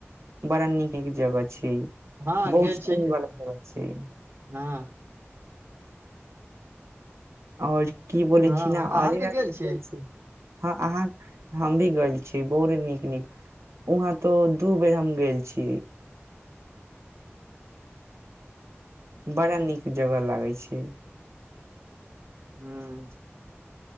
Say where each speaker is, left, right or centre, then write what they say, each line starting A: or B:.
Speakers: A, on the right (about 80°); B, on the right (about 65°).
A: बड़ा नीक एक जगह <inaudible> छैय
B: हँ
A: बहु
B: गेल छी
A: कोन गला च छै
B: हँ
A: और की बोलै
B: हँ
A: छि ने
B: अहाँके
A: अरे र <unintelligible>
B: गेल छी
A: हँ अहाँ हम भी गेल छी बहुत नीक नीक वहाँ तो दू बेर हम गेल छियै। बड़ा नीक जगह लागै छै
B: हाँ